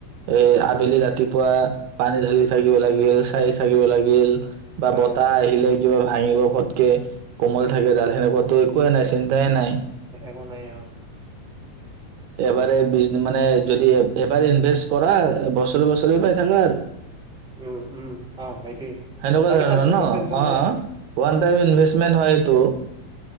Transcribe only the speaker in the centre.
অ
<unintelligible>
উম উম অ সেইটোৱে
চাৰি
পাঁচ বছৰ
টেনচন
নাই আৰু